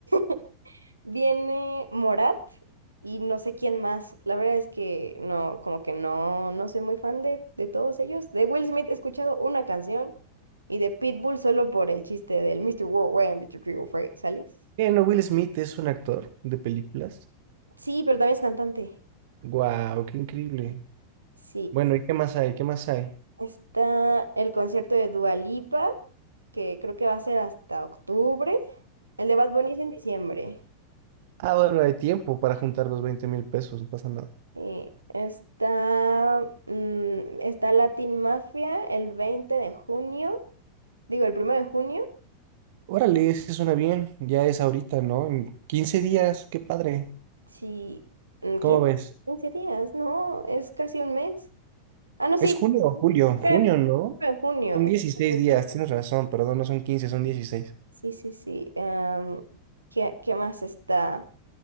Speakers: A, on the right (about 80°); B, on the right (about 50°).
A: <laughs> viene Morat y no sé quién más. La verdad es que no, como que no, no soy muy fan de, de todos ellos. De Will Smith he escuchado una canción y de Pitbull solo por el chiste del Mister Worldwide, Mr. Worldwide, ¿sales?
B: Eh, no, Will Smith es un actor de películas.
A: Sí, pero también es cantante.
B: Guau, qué increíble.
A: Sí.
B: Bueno, ¿y qué más hay? ¿Qué más hay?
A: Está el concierto de Dua Lipa, que creo que va a ser hasta octubre. El de Bad Bunny es en diciembre.
B: Ah, bueno, hay tiempo para juntar los veinte mil pesos, no pasa nada.
A: Y está, mm, está Latin Mafia el 20 de junio, digo el primero de junio,
B: Órale, eso suena bien. Ya es ahorita, ¿no? En 15 días, qué padre.
A: sí, mm,
B: ¿Cómo
A: 15
B: ves?
A: 15 días, no, es casi un mes. Ah, no, sí,
B: Es junio o julio,
A: 9
B: junio, ¿no?
A: de junio.
B: Son
A: es
B: 16
A: 9 de junio.
B: días, tienes razón, perdón, no son 15, son dieciséis.
A: Sí, sí, sí. am, ¿qué, qué más está?